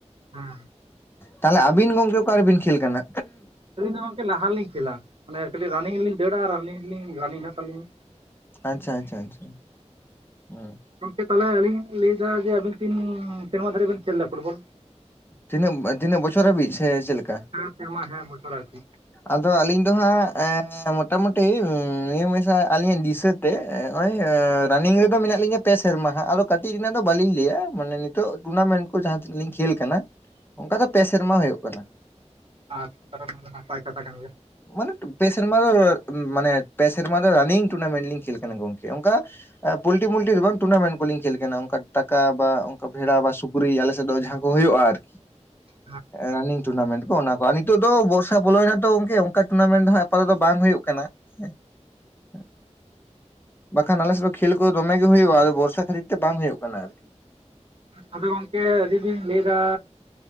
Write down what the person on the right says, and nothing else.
ᱦᱮᱸ
ᱟᱹᱞᱤᱧ ᱫᱚ ᱜᱚᱝᱠᱮ ᱞᱟᱦᱟ ᱞᱤᱧ ᱠᱷᱮᱞᱟ᱾ ᱢᱟᱱᱮ ᱠᱟᱹᱴᱤᱡ ᱨᱟᱱᱤᱝ ᱞᱤᱧ ᱫᱟᱹᱲᱟ᱾ ᱨᱟᱱᱤᱝ ᱞᱤᱧ ᱨᱟᱱᱤᱝ ᱦᱮᱱᱟᱜ ᱛᱟᱹᱤᱧᱟ ᱾
ᱜᱚᱝᱠᱮ ᱛᱟᱦᱚᱞᱮ ᱟᱹᱞᱤᱧ ᱞᱟᱹᱭᱮᱫᱟ᱾ ᱡᱮ ᱟᱵᱤᱱ ᱛᱤᱱ ᱥᱮᱨᱢᱟ ᱫᱷᱟᱨᱮ ᱵᱤᱡ ᱠᱷᱮᱞ ᱮᱜ-ᱟ ᱯᱷᱩᱴᱵᱚᱞ?
ᱦᱮᱸ ᱥᱮᱨᱢᱟ ᱦᱮᱸ ᱵᱚᱪᱷᱚᱨ ᱟᱨᱠᱤ
ᱟᱡ ᱠᱟᱨᱚᱱ ᱱᱟᱯᱟᱭ ᱫᱚ ᱠᱟᱛᱷᱟ ᱠᱟᱱ ᱜᱮᱭᱟ᱾
<inaudible>
ᱟᱫᱚ ᱜᱚᱝᱠᱮ ᱟᱹᱞᱤᱧ ᱞᱤᱧ ᱞᱟᱹᱭᱫᱟ